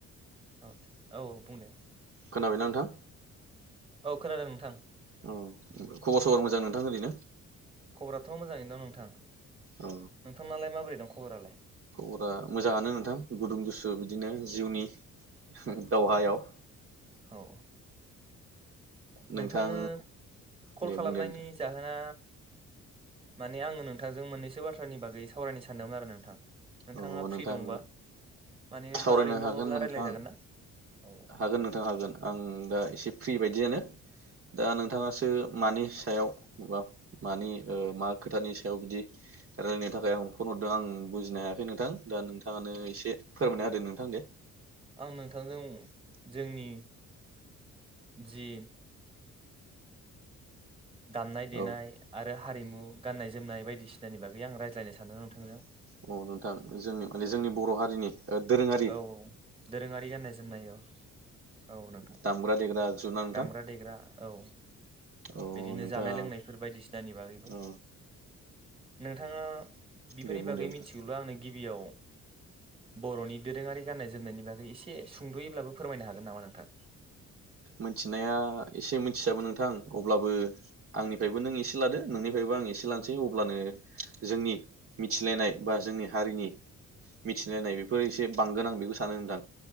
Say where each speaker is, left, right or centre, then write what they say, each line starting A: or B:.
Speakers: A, on the right; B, on the right.
A: <unintelligible> औ बुं दे
B: खोनाबायना नोंथां
A: औ खोनादों नोंथां
B: अ खबर सबर मोजां नोंथां ओरैनो
A: खबराथ' मोजाङैनो दं नोंथां
B: अ
A: नोंथांनालाय माबोरै दं खबरालाय
B: खबरा मोजाङानो नोंथां गुदुं गुसु बिदिनो जिउनि दावहायाव
A: औ
B: नोंथां
A: नोंथांनो कल
B: दे
A: खालामनायनि
B: बुंदो नोंथां
A: जाहोना माने आङो नोंथांजों मोननैसो बाथ्रानि बागै सावरायनो सानदोंमोन आरो नोंथां नोंथाङा
B: अ
A: फ्रि
B: नोंथां
A: दंबा माने नोंथाङा
B: सावरायनो
A: ओरैनो
B: हागोन
A: दङब्ला
B: नोंथां
A: रायज्लायजागोन ना औ
B: हागोन नोंथां हागोन आं दा एसे फ्रि बायदियानो दा नोंथाङासो मानि सायाव मानि ओ मा खोथानि सायाव बिदि रायलायनो थाखाय आं फन हरदों आं बुजिनो हाया नोंथां दा नोंथाङानो एसे फोरमायना होदो नोंथां दे
A: आं नोंथांजों जोंनि जि दामनाय देनाय
B: औ
A: आरो हारिमु गान्नाय जोमनाय बायदिसिनानि बागै आं रायज्लायनो सानदों नोंथांजों
B: अ नोंथां जोंनि जोंनि माने जोंनि बर' हारिनि ओ दोरोङारि
A: औ दोरोङारि गाननाय जोमनाय औ औ नोंथां
B: दामग्रा देग्रा आगजु ना नोंथां
A: दामग्रा देग्रा औ
B: अ
A: बिदिनो
B: नोंथां
A: जानाय लोंनायफोर बायदिसिनानि बागैबो
B: अ
A: नोंथाङा बिफो
B: दे
A: सोरनि
B: बुंदो
A: बागै
B: नोंथां
A: मिथिगौल' आंनो गिबियाव बर'नि दोरोङारि गाननाय जोमनायनि बागै एसे सुंदुयैब्लाबो फोरमायनो हागोन नामा नोंथां
B: मिनथिनाया एसे मिनथियाबो नोंथां अब्लाबो आंनिफ्रायबो नों एसे लादो नोंनिफ्रायबो आं एसे लानोसै अब्लानो जोंनि मिथिलायनाय बा जोंनि हारिनि मिथिलायनाय बेफोर एसे बांगोन आं बेखौ सानो नोंथां